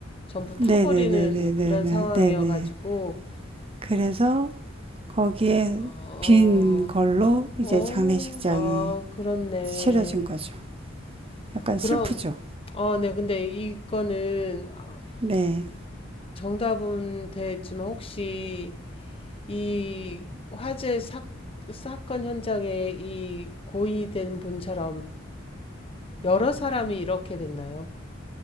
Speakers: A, on the left (about 30°); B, on the right (about 30°).
A: 전부 타버리는
B: 네, 네, 네, 네, 네,
A: 그런
B: 네,
A: 상황이어가지고,
B: 네, 네. 그래서 거기에
A: 어,
B: 빈 걸로
A: 어,
B: 이제 장례식장이
A: 아, 그렇네.
B: 치러진 거죠. 약간
A: 그럼,
B: 슬프죠.
A: 어, 네, 근데 이거는 아,
B: 네.
A: 정답은 됐지만 혹시 이 화재 사, 사건 현장에 이 고인이 된 분처럼 여러 사람이 이렇게 됐나요?